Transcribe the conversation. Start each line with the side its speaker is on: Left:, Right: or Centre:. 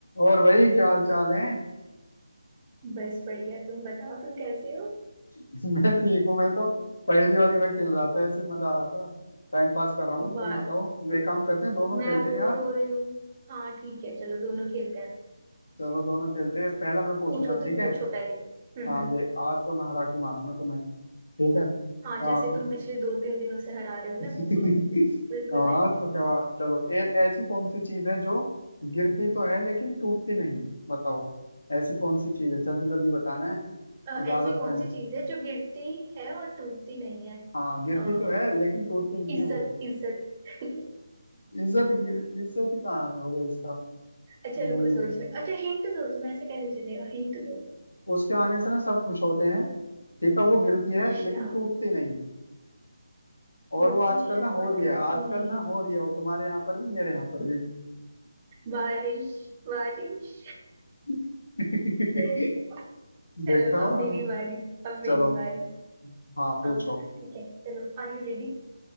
Left: और भाई क्या हाल चाल है
Right: बस बढ़िया तुम बताओ तुम कैसे हो
Left: <laughs> मैं ठीक हूँ मैं तो पहेली वगैरह खेल रहा था ऐसे ही मजा आ रहा था टाइम पास कर रहा हूँ
Right: वाह
Left: तुम बताओ वे काम करते हैं दोनों
Right: मैं
Left: खेलते
Right: बोर
Left: हैं यार
Right: हो रही हूँ हाँ ठीक है चलो दोनों खेलते हैं
Left: चलो दोनों खेलते हैं
Right: चलो,
Left: पहला मैं पूछूंगा
Right: पूछो तुम
Left: ठीक है
Right: पूछो पहले हम्म
Left: हाँ
Right: हम्म
Left: देख आज तो मैं हरा के मानूंगा तुम्हें ठीक है
Right: हाँ जैसे
Left: हाँ
Right: तुम पिछले दो तीन दिनों से हरा रहे हो
Left: <laughs>
Right: ना वैसे ही, बिल्कुल
Left: हाँ
Right: वैसे
Left: तो क्या हुआ? चलो ए, ऐसी कौन सी चीज है जो गिरती तो है लेकिन टूटती नहीं बताओ ऐसी कौन सी चीज है जल्दी जल्दी बताना है
Right: अ,
Left: ज्यादा
Right: ऐसी कौन
Left: टाइम
Right: सी चीज है जो गिरती है और टूटती नहीं है
Left: हाँ गिरती
Right: अ,
Left: तो है लेकिन टूटती नहीं
Right: इज्जत
Left: है वो
Right: इज्जत <laughs>
Left: इज्जत इज्जत कहाँ होगा इसका
Right: अच्छा
Left: नहीं
Right: रुको सोच रहे अच्छा हिंट दो तुम ऐसे कैसे चलेगा हिंट दो
Left: उसके आने से ना सब खुश होते हैं ठीक है वो गिरती है
Right: अच्छा
Left: लेकिन टूटती नहीं और
Right: गिरती
Left: वो आजकल
Right: है
Left: ना हो
Right: पर
Left: रही
Right: टूटती
Left: है आजकल
Right: नहीं
Left: ना
Right: है
Left: हो रही है वो तुम्हारे यहाँ पर भी मेरे यहाँ पर भी
Right: बारिश बारिश
Left: <laughs>
Right: <laughs>
Left: देखो
Right: चलो अब मेरी बारी अब मेरी
Left: चलो
Right: बारी
Left: हाँ पूछो
Right: हाँ ठीक है चलो आर यू रेडी